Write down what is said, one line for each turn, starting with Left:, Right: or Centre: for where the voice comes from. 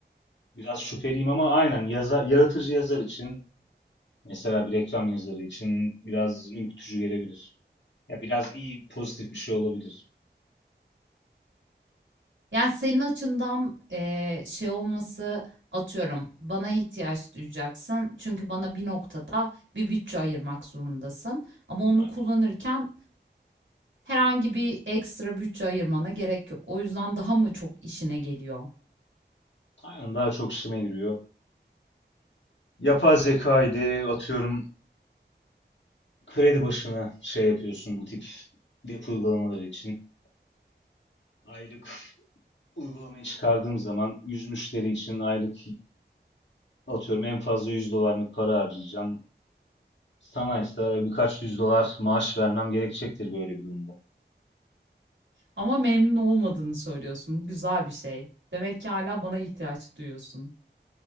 Left: Biraz şüpheliyim ama aynen yaza- yaratıcı yazar için mesela bir reklam yazarı için biraz ürkütücü gelebilir. Ya biraz iyi pozitif bir şey olabilir.
Right: Yani, senin açından, eee, şey olması, atıyorum, bana ihtiyaç duyacaksın çünkü bana bir noktada bir bütçe ayırmak zorundasın ama onu
Left: Aynen,
Right: kullanırken Herhangi bir ekstra bütçe ayırmana gerek yok. O yüzden daha mı çok işine geliyor?
Left: Aynen, daha çok işime giriyor. Yapay zeka ile atıyorum kredi başına şey yapıyorsun bu tip web uygulamaları için. Aylık uygulamayı çıkardığım zaman 100 müşteri için aylık atıyorum en fazla 100 dolarlık para harcayacağım. Sana ise birkaç yüz dolar maaş vermem gerekecektir böyle bir durumda.
Right: Ama memnun olmadığını söylüyorsun. Bu güzel bir şey. Demek ki hala bana ihtiyaç duyuyorsun.